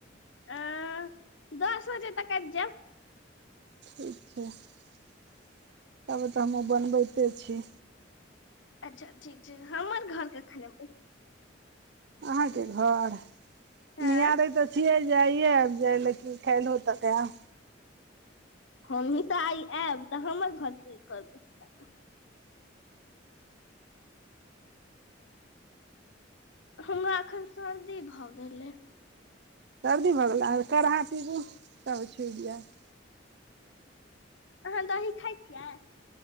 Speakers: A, on the left; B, on the right.
A: अ दस बजे तक आइब जैब
B: ठीक छै तब तऽ हमहुँ बनबैते छी
A: अच्छा ठीक छै हमर घर कखन एबै
B: अहाँके घर
A: हँ
B: नियारे त छिय जे आइए आब जाए लेकिन काल्हि तक आब
A: हमहीँ तऽ आइ आयब तऽ हमर घरके ईी करबै <unintelligible> हमरा एखन सर्दी भ गेल अय
B: सर्दी भ गेले काढ़ा पीबू तब छुटि जाएत
A: अहाँ दही खाइ छियै